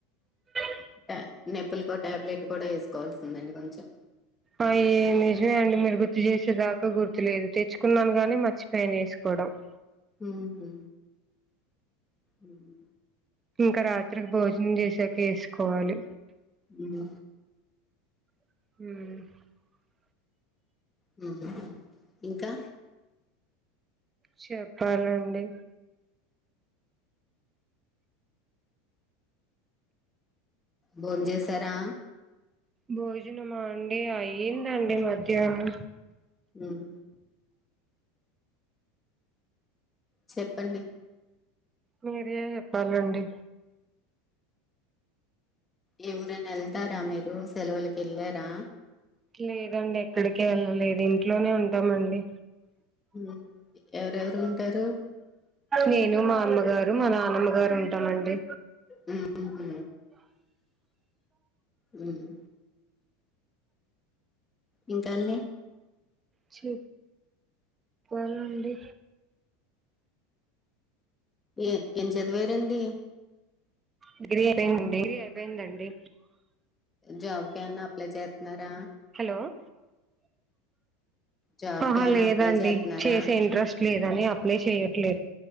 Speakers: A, on the right; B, on the left.
A: స
B: ట నొప్పులకో టాబ్లెట్ కూడా వేసుకోవాల్సిందండి కొంచెం
A: అ ఏ నిజమే అండి మీరు గుర్తు చేసేదాకా గుర్తులేదు తెచ్చుకున్నాను గాని మర్చి పోయిన వేసుకోడం డ్
B: ఉ హు ఉమ్
A: ఇంకా రాత్రికి భోజనం చేసాక ఏసుకోవాలి
B: ఉమ్
A: హుమ్
B: హు ఇంకా
A: చెప్పాలండి
B: భోం చేసారా
A: భోజనమా అండి అయిందండి మధ్యానం
B: ఉమ్ చెప్పండి
A: మీరే చెప్పాలండి
B: ఏ ఊరైనా ఎళ్తారా మీరు సెలవులకి ఎళ్ళారా
A: లేదండి ఎక్కడికి ఎళ్ళలేదు ఇంట్లోనే ఉంటామండి
B: ఉమ్ ఎవరెవరు ఉంటారు
A: నేను మా అమ్మగారు మా నానమ్మ గారు ఉంటామండి.
B: హు హు ఉమ్ హు ఇంకా అండి
A: చె ప్పాలండి
B: ఏ ఏం చదివారండి
A: డిగ్రీ అయిపోయిందండి డిగ్రీ అయిపోయిందండి
B: జాబ్ కు ఎమన్న అప్లై చేత్నూరా
A: ఉమ్
B: జాబ్
A: ఆహా
B: కి ఏమన్నా
A: లేదండి
B: అప్లై చేస్తున్నారా
A: చేసే ఇంట్రెస్ట్ లేదని అప్లై చేయ ట్లే